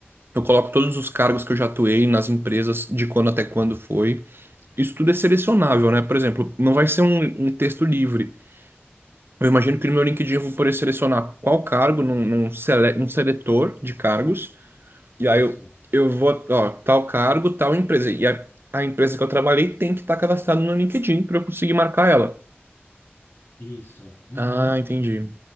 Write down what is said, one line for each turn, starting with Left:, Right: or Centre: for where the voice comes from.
Right: Eu coloco todos os cargos que eu já atuei nas empresas, de quando até quando foi. Isso tudo é selecionável, né? Por exemplo, não vai ser um, um texto livre. Eu imagino que no meu LinkedIn eu vou poder selecionar qual cargo num, num, sele- um seletor de cargos.
Left: Isso,
Right: E aí eu, eu vou, ó, tal cargo, tal empresa. E a, a empresa que eu trabalhei tem que estar cadastrada no LinkedIn para eu conseguir marcar ela.
Left: isso. Uhum.
Right: Ah, entendi.